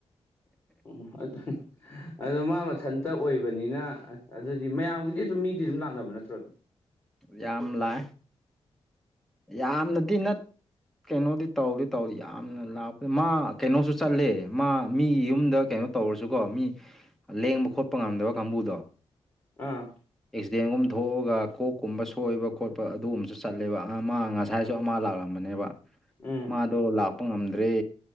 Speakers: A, on the left (about 30°); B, in the centre.
A: <unintelligible> ꯑꯗꯣ ꯃꯥ ꯃꯊꯟꯇ ꯑꯣꯏꯕꯅꯤꯅ ꯑꯗꯨꯗꯤ ꯃꯌꯥꯝꯒꯤꯗꯤ ꯑꯗꯨꯝ ꯃꯤꯗꯤ ꯑꯗꯨꯝ ꯂꯥꯛꯅꯕ ꯅꯠꯇ꯭ꯔꯣ ꯑꯗꯨꯝ
B: ꯌꯥꯝ ꯂꯥꯛꯑꯦ ꯌꯥꯝꯅꯗꯤ ꯅꯠ ꯀꯩꯅꯣꯗꯤ ꯇꯧꯗꯤ ꯇꯧꯗꯤ ꯇꯧꯗꯦ ꯌꯥꯝꯅ ꯂꯥꯞ ꯃꯥ ꯀꯩꯅꯣꯁꯨ ꯆꯠꯂꯦ ꯃꯥ ꯃꯤ ꯌꯨꯝꯗ ꯀꯩꯅꯣ ꯇꯧꯔꯁꯨꯀꯣ ꯃꯤ ꯂꯦꯡꯕ ꯈꯣꯠꯄ ꯉꯝꯗꯕ ꯀꯥꯡꯕꯨꯗꯣ
A: ꯑꯥ
B: ꯑꯦꯛꯁꯤꯗꯦꯟꯒꯨꯝ ꯊꯣꯛꯑꯒ ꯀꯣꯛꯀꯨꯝꯕ ꯁꯣꯏꯕ ꯈꯣꯠꯄ ꯑꯗꯨꯒꯨꯝꯕꯁꯨ ꯆꯠꯂꯦꯕ ꯑꯃ ꯉꯁꯥꯏꯁꯨ ꯑꯃ ꯂꯥꯛꯂꯝꯕꯅꯦꯕ
A: ꯎꯝ
B: ꯃꯥꯗꯣ ꯂꯥꯛꯄ ꯉꯝꯗ꯭ꯔꯦ